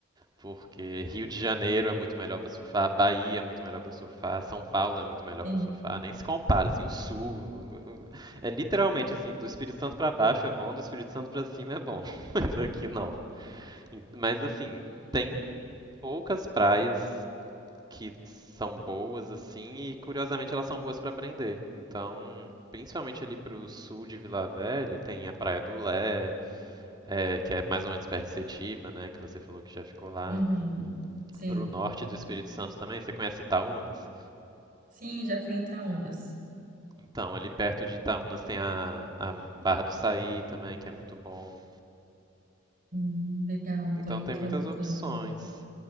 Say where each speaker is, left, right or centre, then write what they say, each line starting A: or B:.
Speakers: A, on the right; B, on the right.
A: Porque Rio de Janeiro é muito melhor pra surfar, Bahia é muito melhor pra surfar, São Paulo é muito melhor
B: Sim.
A: pra surfar, nem se compara, assim, o sul o- o- é literalmente assim, do Espírito Santo pra baixo é bom, do Espírito Santo pra cima é bom, <laughs> mas aqui não. E- Mas assim, tem poucas praias que são boas assim e curiosamente elas são boas pra aprender. Então, principalmente ali pro sul de Vila Velha, tem a Praia do Lé, é, que é mais ou menos perto de Setiba, né, que você falou que já ficou lá
B: Uhum. Sim.
A: para o norte do Espírito Santo também. Você conhece Itaúnas?
B: Sim, já fui em Itaúnas.
A: Então, ali perto de Itaúnas tem a, a Barra do Saí também, que é muito bom.
B: Hum, legal,
A: Então
B: tô,
A: tem
B: tô
A: muitas
B: anotando.
A: opções.